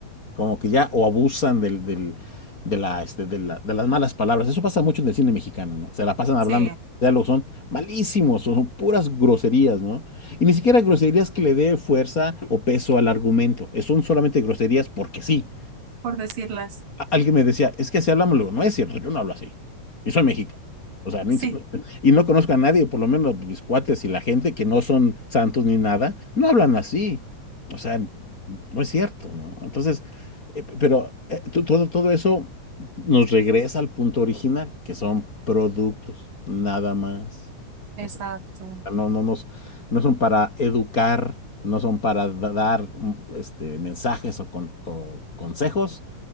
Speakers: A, on the left (about 30°); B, on the right (about 85°).
A: como que ya o abusan del, del- de, la, este, de, la- de las malas palabras, eso pasa mucho en el cine mexicano, ¿no? Se la pasan hablando,
B: Sí,
A: los diálogos son malísimos, son puras groserías, ¿no? Y ni siquiera groserías que le dé fuerza o peso al argumento, son solamente groserías porque sí
B: por decirlas.
A: a- alguien me decía, es que así hablamos, le digo, no es cierto, yo no hablo así. Y soy mexicano. O sea, ni
B: Sí,
A: si- y no conozco a nadie, por lo menos mis cuates y la gente que no son santos ni nada, no hablan así. O sea, no es cierto, ¿no? Entonces, eh, p- pero eh, to- todo, todo eso nos regresa al punto original, que son productos, nada más.
B: exacto.
A: O sea, no, no, nos- no son para educar, no son para da- dar mm, este, mensajes o, con- o consejos